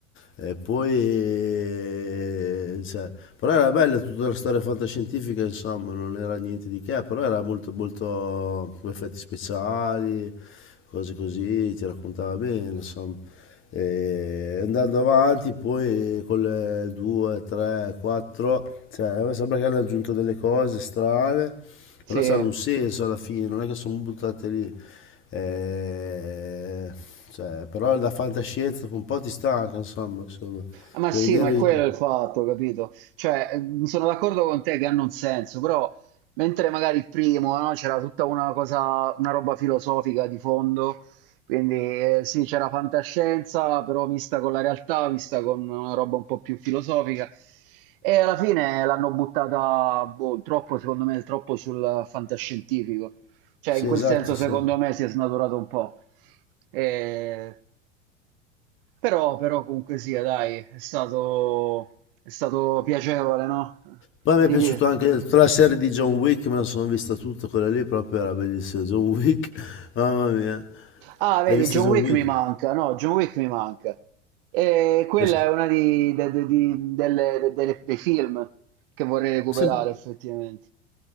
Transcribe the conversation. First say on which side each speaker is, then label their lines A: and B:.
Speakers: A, on the left; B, on the right.
A: E poi... cioè, però era bella tutta la storia fantascientifica, insomma, non era niente di che, però era molto, molto effetti speciali, cose così, ti raccontava bene, insomma. E andando avanti poi con le 2, 3, 4, cioè a me sembra che hanno aggiunto delle cose strane,
B: Sì.
A: però hanno un senso alla fine, non è che sono buttate lì. Eh, cioè, però la fantascienza dopo un po' ti stanca, insomma, insomma.
B: Ah, Ma
A: Devi
B: sì,
A: vedere
B: ma è quello
A: i-
B: il fatto, capito? Cioè, ehm, sono d'accordo con te che hanno un senso, però mentre magari il primo, no, c'era tutta una cosa, una roba filosofica di fondo, quindi eh, sì, c'era fantascienza, però vista con la realtà, vista con una roba un po' più filosofica, e alla fine l'hanno buttata, boh, troppo, secondo me, troppo sul fantascientifico. Cioè,
A: Sì,
B: in quel
A: esatto,
B: senso, secondo
A: sì.
B: me, si è snaturato un po'. E però, però comunque sia, dai, è stato, è stato piacevole, no?
A: Poi mi
B: Rivi-
A: è piaciuto anche tutta la serie di John Wick, me la sono vista tutta, quella lì proprio era bellissima, John Wick, <laughs> mamma mia.
B: Ah, vedi,
A: L'hai vista
B: John
A: John
B: Wick
A: Wick?
B: mi manca, no, John Wick mi manca. E quella
A: Eh,
B: è una di, de- de- di- delle- de- delle- dei film che vorrei recuperare,
A: sì,
B: effettivamente.